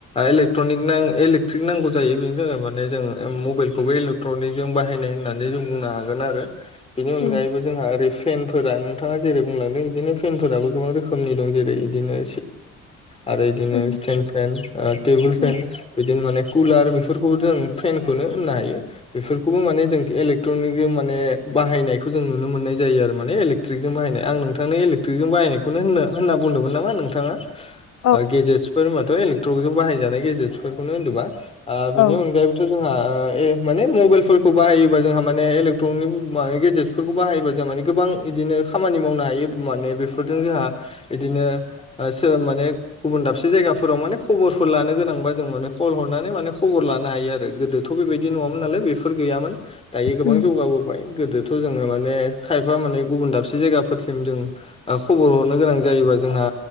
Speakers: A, on the left; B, on the left.
A: इलेक्ट्रनिक इलेकट्रिक नांगौ जायो बेनि थाखाय माने जों मबाइलखौबो ट्रनिक जों बाहायनाय होननानै जों बुंनो हागोन आरो बेनि अनगायैबो
B: उम
A: जोंहा ओरै फेनफोरा नोंथाङा जेरै बुंलांदों बिदिनो फेनफोराबो गोबां रोखोमनि दं जेरै बिदिनो आरो बिदिनो
B: उम
A: स फेन टेबोल
B: उम
A: फेन बिदिनो माने कुलार बेफोरखौबो जों फेनखौनो होननो हायो। बेफोरखौबो माने जों इलेकट्रनिक माने बाहायनायखौ जों नुनो मोननाय जायो आरो मानेल इेट्रिकजों बायनाय आं नोंथांनि इलेक्ट्रिकजों बाहायखौनो होनना बुंदोंमोन नामा नोंथाङा
B: <inaudible>
A: गेजेट्सफोर होनबाथ' इलेक्ट्रनिक जजों बाहायजानाय गेजेटस फोरफोरखौनो होनदोंबा
B: औ
A: बिनि अनगायैबो जोंहा माने मबाइलफोरखौ बाहायोबा जोंहा माने इलेक्ट्रनिकनि मे गेजेटसफोरखौ बाहायोबा जोंहा माने गोबां बिदिनो खामानि मावनो हायो माने बेफोरजों जोंहा बिदिनो सोर माने गुबुन दाबसे जायगाफोराव माने खबरफोर लानो गोनांबा जों माने कल हरनानै माने खबर लानो हायो आरो गोदो थ' बेबायदि नङामोन नालाय बेफोर गैयामोन दायो गोबां
B: उम
A: जौगाबो फाय गोदोथ' जोङो माने खायफा माने गुबुन दाबसे जायगाफोरसिम जों खबर हरनो गोनां जायोबा जोंहा